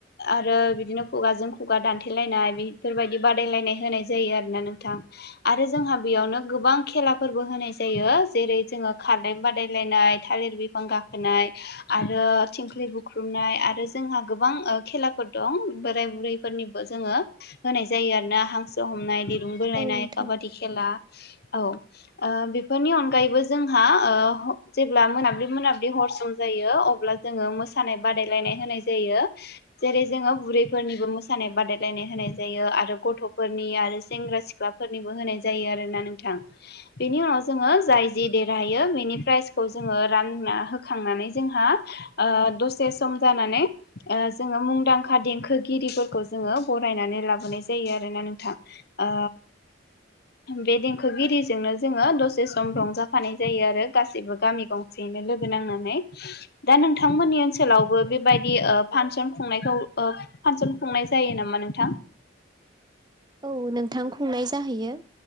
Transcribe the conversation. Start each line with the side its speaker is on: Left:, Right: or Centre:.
Left: आरो बिदिनो खुगाजों खुगा दान्थे लायनाय बेफोरबायदि बादायलायनाय होनाय जायो आरोना नोंथां आरो जोंहा बेयावनो गोबां खे ला‌ फोरबो होनाय जायो जेरै जोङो खारनाय बादायलायनाय थालिर बिफां गाखोनाय आ रो थिंख्लि बुख्रुबनाय आरो जोंहा गोबां ओ खेलाफोर दं बोराय बुरैफोरनि जोङो होनाय जायो आरोना हांसो हमनाय दिरुं बोलायनाय
Right: औ नोंथां
Left: काबादि खेला औ ओ बेफोरनि अनगायैबो जोंहा ओ जेब्ला मोनाब्लि मोनाब्लि हर सम जायो अब्ला जोङो मोसानाय बादायनाय होनाय जायो जेरै जोङो बुरैफोरनि मोसानाय बादायलायनाय होनाय जायो आरो गथ'फोरनि आरो सेंग्रा सिख्लाफोरनिबो होनाय जायो आरोना नोंथां बेनि उनाव जोङो जाय जि देरहायो बेनि प्राइजखौ जोङो रानना होखांनानै जोंहा हा ओ दसे सम जानानै ओ जोङो मुंदांखा देंखोगिरिफोरखौ जोङो बरायनानै लाबोनाय जायो आरोना नोंथां ओ बे देंखोगिरिजोंनो जोङो दसे सम रंजाफानाय जायो आरो गासिबो गामि गंसे नो‌ लोगो नांनानै दा‌ नोंथां मोननि ओनसोलावबो‌ बे बायदि फांसन‌ फांसन खुंनायखौ‌ फानसन खुंनाय जायो नामा नोंथां
Right: औ नोंथां खुंनाय जाहैयो